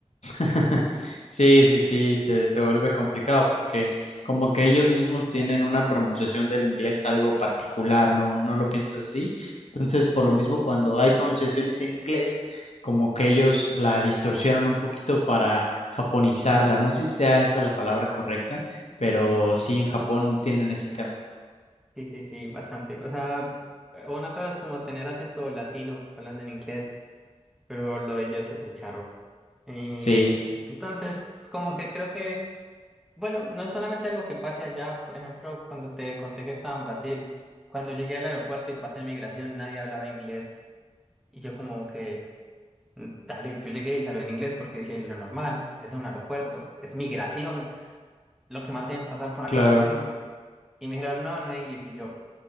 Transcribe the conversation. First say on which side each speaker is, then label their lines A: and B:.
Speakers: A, on the left (about 70°); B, in the centre.
A: <laughs> Sí, sí, sí, se, se vuelve complicado porque como que ellos mismos tienen una pronunciación del inglés algo particular, ¿no? ¿No lo piensas así? Entonces, por lo mismo, cuando hay pronunciaciones en inglés, como que ellos la distorsionan un poquito para japonizarla. No sé si sea esa la palabra correcta, pero sí, en Japón tienen ese tema.
B: Sí, sí, sí, bastante. O sea, una cosa es como tener acento latino hablando en inglés, pero lo de ellos es muy charro. Y
A: Sí,
B: entonces, como que creo que, bueno, no es solamente algo que pase allá. Por ejemplo, cuando te conté que estaba en Brasil, cuando llegué al aeropuerto y pasé migración, nadie hablaba inglés. Y yo como que, mm, dale, yo llegué y salí en inglés porque dije, lo normal, ese es un aeropuerto, es migración, lo que más deben pasar por acá
A: claro.
B: son gringos. Y me dijeron, no, no inglés. Y yo,